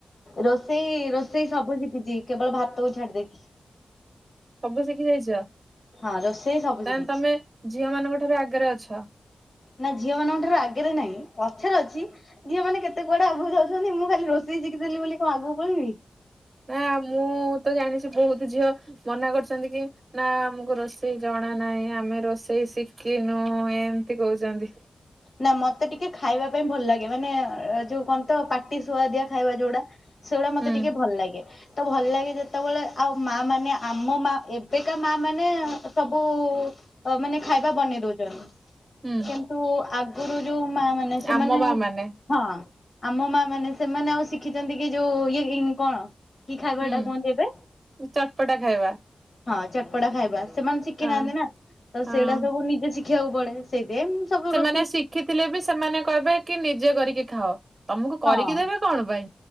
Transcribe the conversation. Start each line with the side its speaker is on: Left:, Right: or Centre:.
Left: ରୋଷେଇ ରୋଷେଇ ସବୁ ଶିଖିଛି କେବଳ ଭାତକୁ ଛାଡ଼ି ଦେଇକି।
Right: ସବୁ ଶିଖି ଯାଇଛ
Left: ହଁ ରୋଷେଇ ସବୁ
Right: ତା
Left: ଶିଖିଛି।
Right: ମାନେ ତମେ ଝିଅ ମାନଙ୍କ ଠାରୁ ଆଗରେ ଅଛ।
Left: ନା ଝିଅ ମାନଙ୍କ ଠାରୁ ଆଗରେ ନାହିଁ ପଛରେ ଅଛି। ଝିଅ ମାନେ କେତେ କୁଆଡ଼େ ଆଗକୁ ଯାଉଛନ୍ତି ମୁଁ ଖାଲି ରୋଷେଇ ଶିଖିଦେଲି ବୋଲି କଣ ଆଗକୁ ପଳେଇବି?
Right: ନାଁ ମୁଁ ତ ଜାଣିଛି ବହୁତ ଝିଅ ମନା କରୁଛନ୍ତି କି ନା ଆମକୁ ରୋଷେଇ ଜଣା ନାହିଁ, ଆମେ ରୋଷେଇ ଶିଖିନୁ ଏମତି କହୁଛନ୍ତି।
Left: ନା ମତେ ଟିକେ ଖାଇବା ପାଇଁ ଭଲ ଲାଗେ। ମାନେ ଯୋଉ କଣ ତ ପାଟି ଶୁଆଦିଆ ଖାଇବା ଯୋଉ ଗୁଡ଼ା। ସେଇ ଗୁଡ଼ା ମତେ
Right: ହୁଁ
Left: ଟିକେ ଭଲ ଲାଗେ। ତ ଭଲ ଲାଗେ ଯେତେବେଳେ ଆଉ ମା ମାନେ ଆମ ମା ଏବେକା ମା ମାନେ ସବୁ ଅ ମାନେ ଖାଇବା ବନେଇ ଦଉଛନ୍ତି।
Right: ହୁଁ
Left: କିନ୍ତୁ ଆଗରୁ ଯୋଉ ମା ମାନେ ମାନେ ସେମାନେ
Right: ଆମ ମା ମାନେ
Left: ହଁ। ଆମ ମା ମାନେ ସେମାନେ ଆଉ ଶିଖିଛନ୍ତି କି ଯୋଉ ଇଏ କଣ କି ଖାଇବା
Right: ହୁଁ
Left: ହେଟା କୁହନ୍ତି ଏବେ?
Right: ଚଟପଟା ଖାଇବା
Left: ହଁ ଚଟପଟା ଖାଇବା। ସେମାନେ ଶିଖି
Right: ହଁ
Left: ନାହାନ୍ତି ନା ତ
Right: ହଁ
Left: ସେଇଟା ସବୁ ନିଜେ ଶିଖିବାକୁ ପଡ଼େ। ସେଥିପାଇଁ ମୁଁ ସବୁ ରୋ
Right: ନାଇଁ ଶିଖିଥିଲେ ବି ସେମାନେ କହିବେ କି ନିଜେ କରିକି ଖାଅ। ତମକୁ କରିକି
Left: ହଁ।
Right: ଦେବେ କଣ ପାଇଁ?